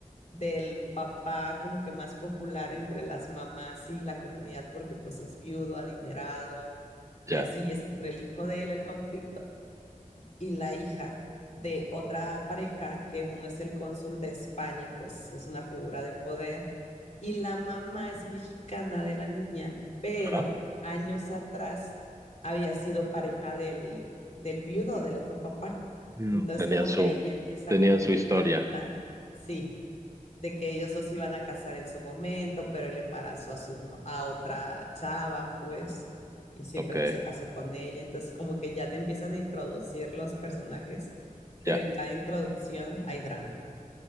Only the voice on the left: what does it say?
del papá como que más popular entre las mamás y la comunidad porque pues es viudo, adinerado y
así y es entre el hijo de él el conflicto y la hija de otra pareja que uno es el cónsul de España y pues es una figura de poder y la mamá es mexicana de la niña, pero
años atrás había sido pareja del, del viudo, del otro papá.
Entonces
como
que ahí ya empieza
como
que
el dramita, sí, de que ellos dos se iban a casar en su momento, pero él embarazó a, su, no- a otra chava, pues, y siempre
no se casó con ella. Entonces como que ya te empiezan a introducir los personajes, pero
en cada introducción hay drama.